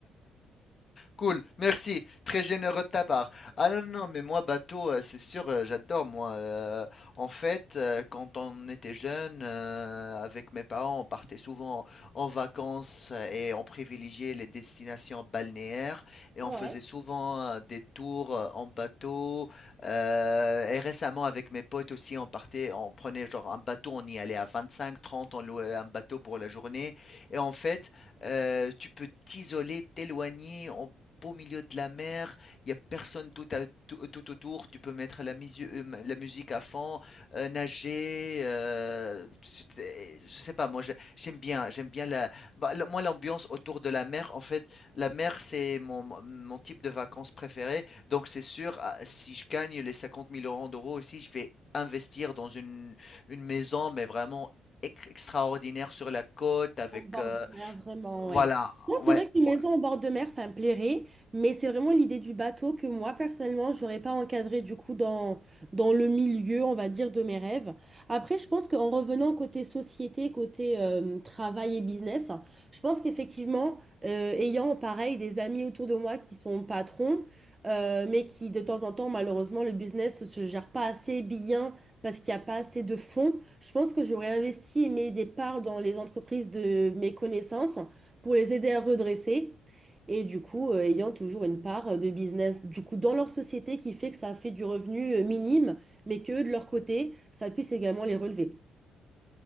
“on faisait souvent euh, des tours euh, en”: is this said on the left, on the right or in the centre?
Left